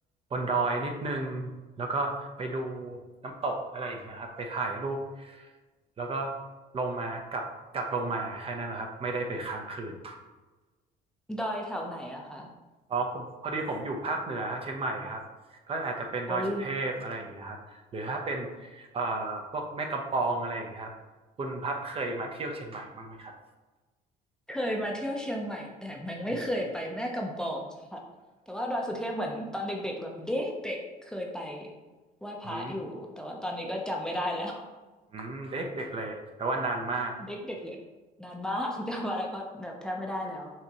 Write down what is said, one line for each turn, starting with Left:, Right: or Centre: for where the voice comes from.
Right: บนดอยนิดนึงแล้วก็ไปดูน้ำตกอะไรอย่างเงี้ยครับไปถ่ายรูปแล้วก็ลงมากลับกลับลงมาแค่นั้นแหละครับไม่ได้ไปค้างคืน
Centre: ดอยแถวไหนอะคะ
Right: อ๋อผมพอดีผมอยู่ภาคเหนือครับเชียงใหม่ครับก็อาจจะเป็นดอยสุเทพอะไรอย่างเงี้ยครับหรือถ้าเป็น
Centre: โอ้ย
Right: เอ่อพวกแม่กำปองอะไรอย่างเงี้ยครับคุณพัดเคยมาเที่ยวเชียงใหม่บ้างไหมครับ
Centre: เคยมาเที่ยวเชียงใหม่แต่ยังไม่เคยไปแม่กำปองค่ะแต่ว่าดอยสุเทพเหมือนตอนเด็กๆแบบเด็กๆเคยไป
Right: <laughs> อืม
Centre: ไหว้พระอยู่แต่ว่าตอนนี้ก็จำไม่ได้แล้ว
Right: อืมอืมเด็กเด็กเลยแปลว่านานมาก
Centre: <laughs> เด็กๆเลยนานมาก <laughs> จำอะไรก็แบบแทบไม่ได้แล้ว